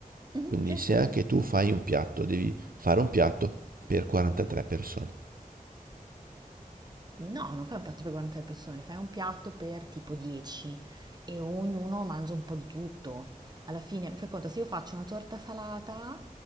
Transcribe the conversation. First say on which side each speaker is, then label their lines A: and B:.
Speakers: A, on the right (about 30°); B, on the right (about 80°).
A: Mhm,
B: Quindi
A: sì.
B: se anche tu fai un piatto, devi fare un piatto per 43 persone.
A: No, non fai un piatto per 40 persone, fai un piatto per tipo 10 e ognuno mangia un po' di tutto. Alla fine, fai conto, se io faccio una torta salata,